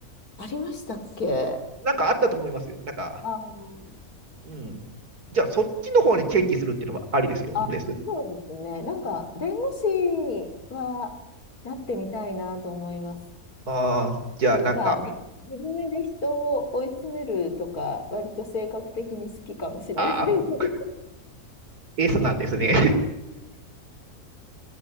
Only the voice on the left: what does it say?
あありましたっけ
ああー。
あ、
そうですね。なんか、弁護士はなってみたいなと思います。
なんか、り自分で人を追い詰めるとか、割と性格的に好きかもしれないので